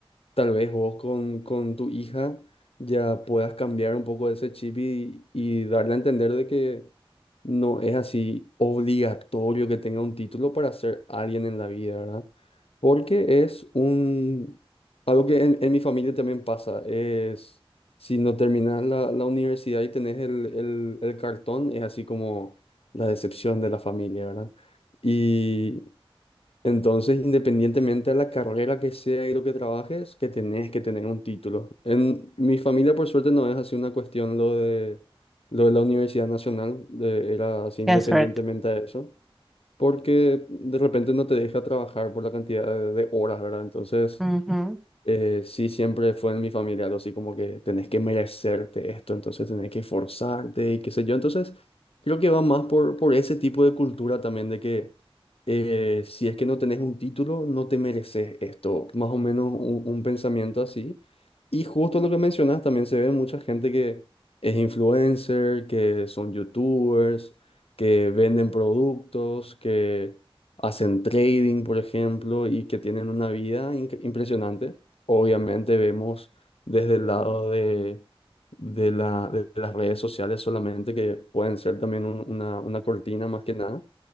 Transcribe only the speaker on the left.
Tal vez vos con, con tu hija ya puedas cambiar un poco ese chip y, y darle a entender de que no es así obligatorio que tenga un título para ser alguien en la vida, ¿verdad? Porque es un... Algo que en, en mi familia también pasa, es si no terminas la, la universidad y tenés el, el, el cartón, es así como la decepción de la familia, ¿verdad? Y entonces, independientemente de la carrera que sea y lo que trabajes, que tenés que tener un título. En mi familia, por suerte, no es así una cuestión lo de, lo de la Universidad Nacional, de- era así independientemente
de eso, porque de repente no te deja trabajar por la cantidad de, de horas, ¿verdad? Entonces,
eh, sí, siempre fue en mi familia algo así como que tenés que merecerte esto, entonces tenés que esforzarte y qué sé yo. Entonces, creo que va más por, por ese tipo de cultura también de que eh, si es que no tenés un título, no te mereces esto. Más o menos un, un pensamiento así. Y justo lo que mencionas, también se ve mucha gente que es influencer, que son youtubers, que venden productos, que hacen trading, por ejemplo, y que tienen una vida inc- impresionante. Obviamente vemos desde el lado de, de la- de las redes sociales solamente que pueden ser también un- una, una cortina más que nada,